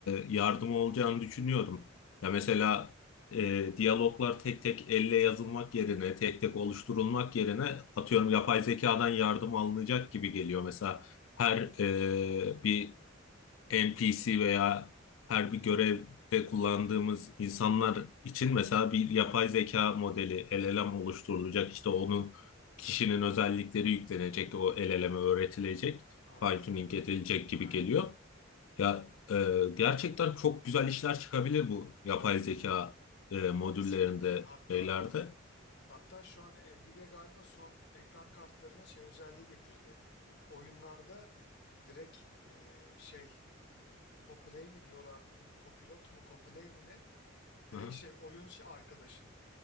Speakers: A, on the left (about 75°); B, on the left (about 60°).
A: yardımı olacağını düşünüyorum. Ya mesela e, diyaloglar tek tek elle yazılmak yerine, tek tek oluşturulmak yerine atıyorum yapay zekadan yardım alınacak gibi geliyor. Mesela her e, bir NPC veya her
B: Hı hı.
A: bir görevde kullandığımız insanlar için mesela bir yapay zeka modeli LLM oluşturulacak. İşte onun kişinin özellikleri yüklenecek, o LLM'e öğretilecek,
B: Aynen
A: fine tuning
B: öyle.
A: edilecek gibi
B: Aynen.
A: geliyor. Ya e, gerçekten çok güzel işler çıkabilir bu yapay zeka e, modüllerinde,
B: Kesinlikle. Hatta
A: şeylerde.
B: Hatta şu an Nvidia galiba son ekran kartlarına şey özelliği getirdi. Oyunlarda direkt e, şey hmm, co-play mi diyorlardı? Un, co-pilot mu co-play mi ne? Direkt
A: Hı hı.
B: şey oyun şey arkadaşın.